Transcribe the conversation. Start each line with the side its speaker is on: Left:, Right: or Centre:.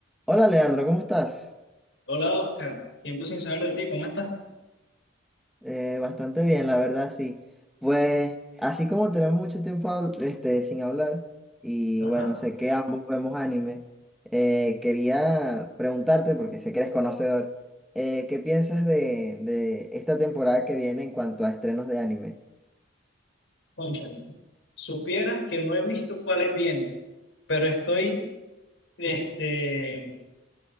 Centre: Hola Leandro, ¿cómo estás?
Left: Hola Oscar, tiempo sin saber de ti, ¿cómo estás?
Centre: Eh, bastante bien, la verdad, sí. Pues así como tenemos mucho tiempo habl- este, sin hablar y
Left: Ajá,
Centre: bueno, sé que ambos vemos anime, eh, quería preguntarte, porque sé que eres conocedor, eh, ¿qué piensas de, de esta temporada que viene en cuanto a estrenos de anime?
Left: cónchale. Supieras que no he visto cuáles vienen, pero estoy, este,